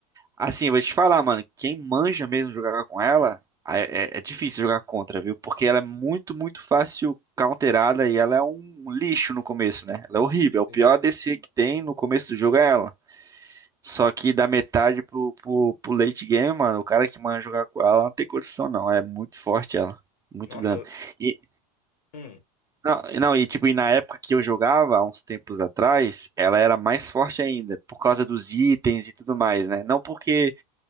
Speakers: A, on the right; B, on the left.
A: Assim, eu vou te falar, mano, quem manja mesmo jogar com ela, é, é- é difícil jogar contra, viu? Porque ela é muito, muito fácil counterada e ela é um lixo no começo, né? Ela é horrível. É o pior
B: Sim.
A: ADC que tem no começo do jogo é ela. Só que da metade pro, pro, pro late game, mano, o cara que manda jogar com ela não tem condição, não. É muito forte ela. Muito
B: Nossa,
A: dano. E,
B: hum,
A: não, e não, e tipo, e na época que eu jogava, há uns tempos atrás, ela era mais forte ainda, por causa dos itens e tudo mais, né? Não porque